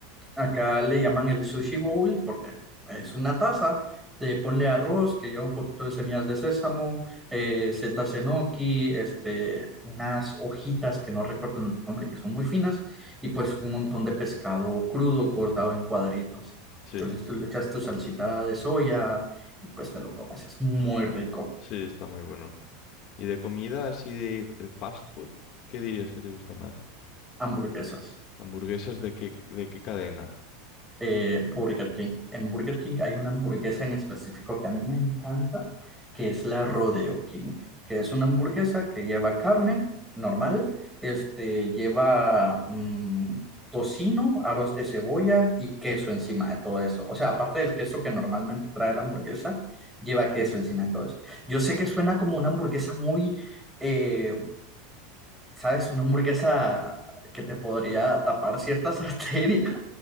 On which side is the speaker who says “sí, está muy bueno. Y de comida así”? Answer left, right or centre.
Left